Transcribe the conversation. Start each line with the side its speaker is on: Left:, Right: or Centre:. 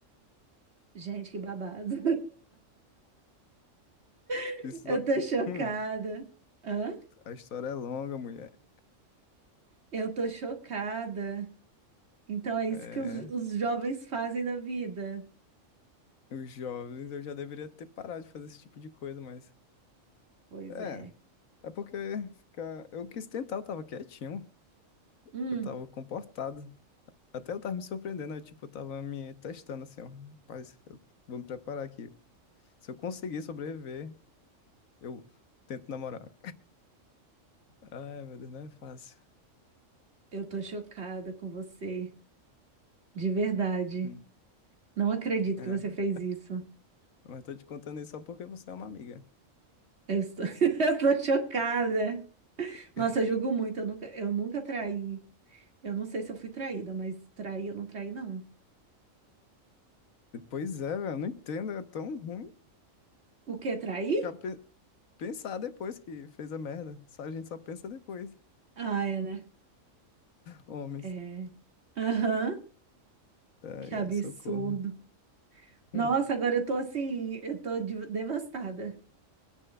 Right: Gente, que babado. <laughs>
Left: Isso
Right: Eu
Left: da...
Right: tô chocada.
Left: Hum,
Right: Hã?
Left: a história é longa, mulher.
Right: Eu tô chocada. Então é isso
Left: É.
Right: que os, os jovens fazem da vida.
Left: Os jovens, eu já deveria ter parado de fazer esse tipo de coisa, mas.
Right: Pois
Left: É,
Right: é.
Left: é porque ficar... eu quis tentar, eu tava quietinho,
Right: Hum.
Left: eu tava comportado. Até eu tava me surpreendendo, eu, tipo, eu tava me testando assim, ó. Rapaz, eu vou me preparar aqui. Se eu conseguir sobreviver, eu tento namorar. Ai, meu Deus, não é fácil.
Right: Eu tô chocada com você, de verdade.
Left: Hum.
Right: Não acredito
Left: É,
Right: que você fez isso.
Left: mas tô te contando isso só porque você é uma amiga.
Right: Eu estou, <laughs> eu tô chocada. Nossa,
Left: É,
Right: eu julgo muito. Eu nunca, eu nunca traí. Eu não sei se eu fui traída, mas traí, eu não traí, não.
Left: Pois é, velho, eu não entendo, é tão ruim
Right: O quê? Traí?
Left: ficar pe- pensar depois que fez a merda. Só a gente só pensa depois,
Right: Ah, é, né?
Left: homens.
Right: É. Aham.
Left: Ai,
Right: Que absurdo.
Left: ai, socorro.
Right: Nossa,
Left: Hum.
Right: agora eu tô assim, eu tô de- devastada.